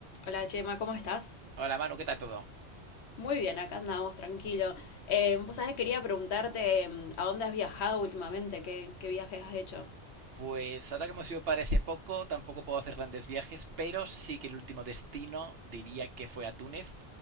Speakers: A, on the left (about 80°); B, on the right (about 65°).
A: Hola Chema, ¿cómo estás?
B: Hola Manu, ¿qué tal todo?
A: Muy bien, acá andamos, tranquilo. Eh, vos sabés, quería preguntarte em, a dónde has viajado últimamente, qué, qué viajes has hecho.
B: Pues ahora que hemos ido parece poco, tampoco puedo hacer grandes viajes, pero sí que el último destino diría que fue a Túnez.